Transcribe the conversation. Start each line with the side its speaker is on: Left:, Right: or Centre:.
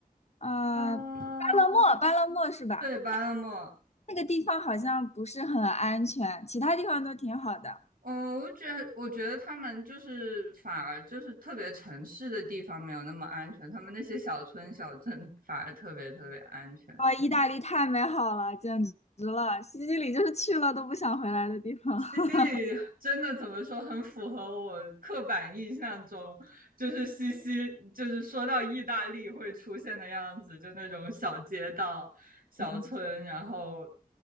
Left: 呃，
Right: 嗯、
Left: 巴勒莫，巴勒莫是吧？
Right: 对，巴勒莫。
Left: 那个地方好像不是很安全，其他地方都挺好的。
Right: 嗯，我觉得，我觉得他们就是反而就是特别城市的地方没有那么安全，他们那些小村小镇反而特别特别安全。
Left: 哦，意大利太美好了，简直了！西西里就是去了都不想回来的地方。
Right: 西西里真的怎么说，
Left: <laughs>
Right: 很符合我刻板印象中，就是西西，就是说到意大利会出现的样子，就那种小街道、小村，
Left: 嗯，
Right: 然后